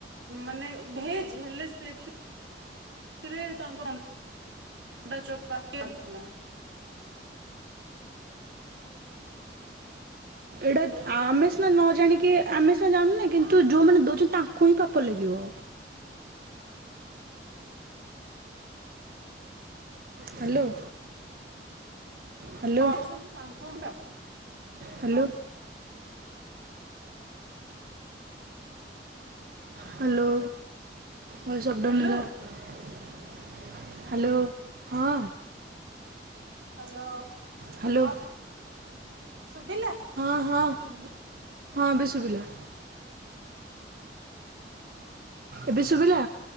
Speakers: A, on the right (about 90°); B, on the right (about 55°).
A: ମାନେ ଭେଜ୍ ହେଲେ ସେ ରେ ତାଙ୍କ ଅଣ୍ଡା <inaudible> ଚୋପାଥିଲା।
B: ଏଇଟା ଆମେ ସିନା ନ ଜାଣିକି ଆମେ ସିନା ଜାଣୁନେ କିନ୍ତୁ ଯୋଉଁମାନେ ଦେଉଛନ୍ତି ତାଙ୍କୁ ହିଁ ପାପ ଲାଗିବ। ହ୍ୟାଲୋ। ହ୍ୟାଲୋ
A: ହଁଛନ୍ତି ତାଙ୍କୁ <inaudible>
B: hello. Hello voice
A: hello
B: up down ହେଲା। ହ୍ୟାଲୋ ହଁ
A: ହ୍ୟାଲୋ।
B: ହ୍ୟାଲୋ।
A: ହଁ ଶୁଭିଲା?
B: ହଁ ହଁ
A: ଶୁଭୁନି
B: ହଁ ବି ଶୁଭିଲା ଏବେ ଶୁଭିଲା